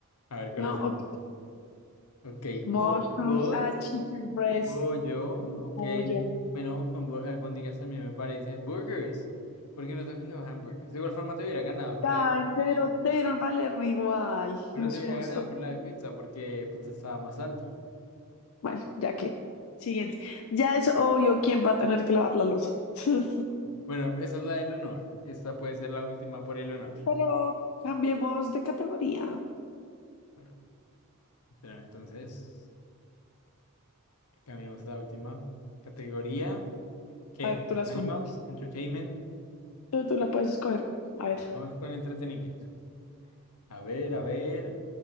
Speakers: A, on the left; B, on the left.
A: A ver,
B: No,
A: ¿cuál es?
B: ok.
A: Ok,
B: Mushrooms,
A: hongos.
B: ah, chicken breast,
A: Oh, yo,
B: sí,
A: ok.
B: pollo.
A: Bueno, albo- albóndigas también me parece. Burgers. Porque no tengo hamburgers. De igual forma te hubiera ganado con
B: Ay,
A: la de
B: debieron,
A: pero,
B: debieron valerme igual,
A: pero
B: no es
A: te hubiera
B: justo.
A: ganado con la de pizza porque pizza estaba más alto.
B: Bueno, ya que. Siguiente. Ya es obvio quién va a tener que lavar la losa. <laughs>
A: Bueno, esa es la del honor. Esta puede ser la última por el honor.
B: Pero cambiemos de categoría.
A: Bueno, espera, entonces cambiamos la última categoría. ¿Qué?
B: A ver, tú la escoges.
A: Animals, entertainment.
B: Tú, tú la puedes escoger. A ver.
A: Bueno, vamos con entretenimiento. A ver, a ver.